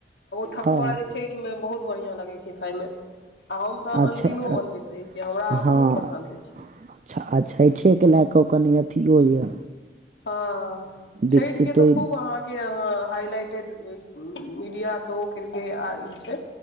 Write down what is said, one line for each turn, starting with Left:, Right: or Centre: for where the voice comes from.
Left: ठकुआ
Right: हँ
Left: जे छठिमे बहुत बढ़िआँ लगै छैय खायमे आ हम त
Right: अच्छा
Left: अनदिनो
Right: अ,
Left: बनबैत रहैय छी हमरा
Right: हँ
Left: बहुत पसन्द अछि।
Right: अच्छा आ छठेकेँ लए कऽ ओ कनिये अथिओ यए।
Left: हँ छठि
Right: विकसितो
Left: के तो खूब अहाँके के हाइलाइटेड मीडिया सेहो केलकै आर छैय